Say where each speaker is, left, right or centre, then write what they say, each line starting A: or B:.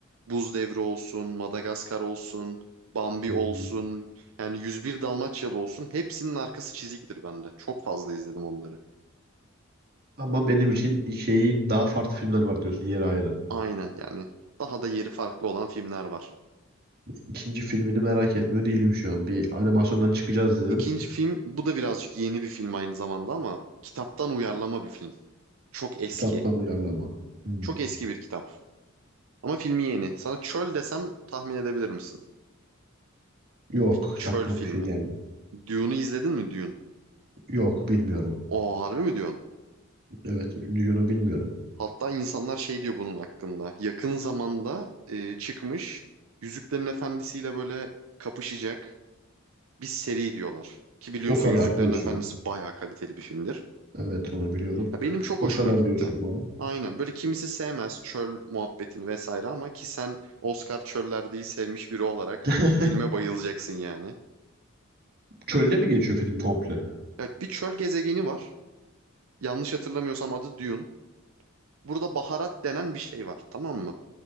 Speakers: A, on the right; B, on the right.
A: Buz Devri olsun. Madagaskar olsun. Bambi
B: Hmm.
A: olsun. Yani yüz bir Dalmaçyalı olsun. Hepsinin arkası çiziktir bende. Çok fazla izledim onları.
B: Ama benim için şeyi daha farklı filmler var diyorsun yeri ayrı.
A: Aynen yani daha da yeri farklı olan filmler var.
B: İkinci filmini merak etmiyor değilim şu an. Bir animasyondan çıkacağız dedim.
A: İkinci film bu da birazcık yeni bir film aynı zamanda ama kitaptan uyarlama bir film. Çok eski.
B: Kitaptan uyarlama. Hmm.
A: Çok eski bir kitap. Ama filmi yeni. Sana çöl desem tahmin edebilir misin?
B: Yok,
A: Bir çöl
B: çaktığım
A: filmi.
B: bir şey gelmiyor.
A: Dune'u izledin mi Dune?
B: Yok, bilmiyorum.
A: O harbi mi diyorsun?
B: Evet, Dune'u bilmiyorum.
A: Hatta insanlar şey diyor bunun hakkında. Yakın zamanda e, çıkmış Yüzüklerin Efendisi'yle böyle kapışacak bir seri diyorlar. Ki biliyorsun
B: O kadar
A: Yüzüklerin
B: diyorsun.
A: Efendisi bayağı kaliteli bir filmdir.
B: Evet onu biliyorum.
A: Ya benim çok
B: O
A: hoşuma
B: kadar
A: gitti.
B: diyorsun lan.
A: Aynen. Böyle kimisi sevmez çöl muhabbetini vesaire ama ki sen Oscar çöllerdeyi sevmiş biri olarak
B: <laughs>
A: filme bayılacaksın yani.
B: Çölde mi geçiyor film komple?
A: Evet, bir çöl gezegeni var. Yanlış hatırlamıyorsam adı Dune. Burada baharat denen bir şey var, tamam mı?